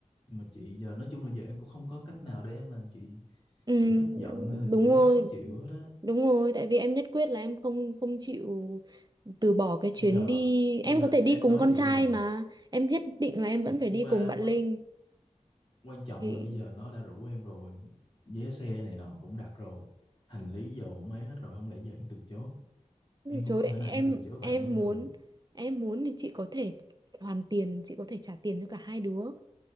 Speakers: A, on the left; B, on the right.
A: nhưng mà chị giờ nói chung là giờ em cũng không có cách nào để em làm chị
B: ừ,
A: chị hết giận hay là
B: đúng
A: chị hết
B: rồi
A: khó chịu hết á
B: đúng rồi tại vì em nhất quyết là em không không chịu từ bỏ cái chuyến
A: bây giờ
B: đi em
A: bây giờ
B: có thể đi
A: em
B: cùng
A: nói
B: con
A: chị
B: trai
A: nè
B: mà em nhất định là em
A: thì
B: vẫn phải
A: nhưng
B: đi
A: mà
B: cùng bạn
A: quan,
B: Linh
A: quan trọng
B: thì
A: là bây giờ nó đã rủ em rồi vé xe này nọ cũng đặt rồi hành lý giờ cũng ấy hết rồi không lẽ giờ em từ chối em cũng
B: Chối
A: đâu thể nào
B: em
A: em từ chối bạn
B: em
A: em
B: muốn
A: được
B: em muốn thì chị có thể hoàn tiền chị có thể trả tiền cho cả hai đứa